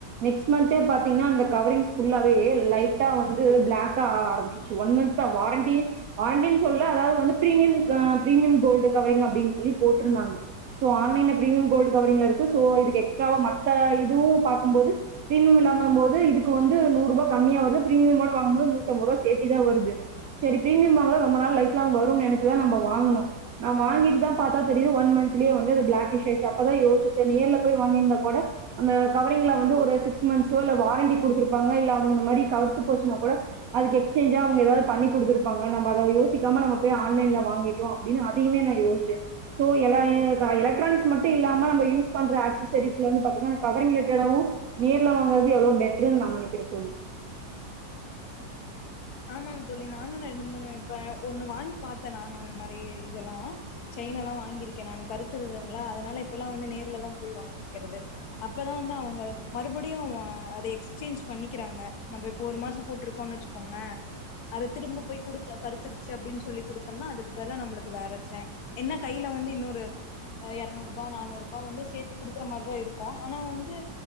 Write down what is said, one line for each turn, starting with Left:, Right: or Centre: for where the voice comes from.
Right: நெக்ஸ்ட் மன்த்தே பாத்தீங்னா அந்த கவரிங்ஸ் ஃபுல்லாவே லைட்டா வந்து பிளாக்கா ஆ ஆரம்பிச்சிர்ச்சு ஒன் மன்த் தா வாரண்டி வாரண்டி சொல்ல அதாவ்து வந்து பிரீமியம் அ பிரீமியம் கோல்டு கவரிங் அப்டின் சொல்லி போட்ருந்தாங்க சோ ஆன்லைன்ல பிரீமியம் கோல்டு கவரிங்ல இரு க்கு சோ இதுக்கு எக்ஸ்ட்ராவா மத்த இதுவு பாக்கும்போது பிரீமியம் இல்லாம போது இதுக்கு வந்து நூர்ருபா கம்மியா வருது பிரீமியமோட வாங்கும்போது நூத்தம்பர்ருவா சேத்தி தா வருது செரி பிரீமியம் வாங்குனா ரொம்ப நாள் லைஃப்லாங் வரு நென சிதான் நம்ம வாங்கணும் நா வாங்கிட்டு தான் பார்த்தா தெரியும் ஒன் மந்தலயே வந்து பிளக் அப்பவே யோசிச் வச்சிந்தே நேர்ல போய் வாங்கியிருந்தா கூட அந்த கவரிங்ல வந்து ஒரு சிக்ஸ் மந்த்ஸோ இல்ல வாரண்டி கொடுத்திருப்பாங்க இல்ல அவுங் மாரி கருத்து போச்சுன்னா கூட அது எக்ஸ்சேஞ்சாவது எதாவது பண்ணி குடுத்திருப்பாங்க நம்ப அத யோசிக்காம நம்ம போய் ஆன்லைன் ல்ல வாங்கிட்டோ அப்டின்னு அதையேமே நான் யோசச்சேன் சோ எல்லாமே இப எலக்ட்ரானிக்ஸ் மட்டும் இல்லாம நம்ம யூஸ் பண் ற ஆக்ஸஸரிஸ்லந்து பாத்தீங்கனா கவரிங்கல இருக்கறதவு நேர்ல வாங்கறது எவ்ளோ பெட்ருனு நான் நினைக்கிற தோழி
Left: ஆமாங்க தோழி நானும் ரெண்டு மூணு இப்ப ஒண்ணு வாங்கி பார்த்தேன் நானும் அந்த மாரி இதெல்லாம் செ யினலாம் வாங்கிருக்கேன் நானு கருத்துருதுங்கலா அதனால இப்பல்லாம் வந்து நேர்ல தான் போய் வாங்கிக்கிறது அப்பதான் வந்து அவங்க மறுபடியும் வ அதை எக்ஸ்சேஞ்ச் பண்ணிக்கிறாங்க நம்ம இப்ப ஒரு மாசம் போட்டுருக்கோனு வச்சுக்கோங்களேன் அதை திரும்ப போய் குடுத் கருத்துருச்சு அப்படின்னு சொல்லி குடுத் தோம்னா அதுக்கு பதல நம்மளுக்கு வேற வச்செய் என்ன கையில வந்து இன்னொரு எரநூறு ரூபாய் நானூறு ரூபாய் வந்து சேர்த்தி குடுக்குற மாதிரிதான் இருக்கும் ஆனா வந்து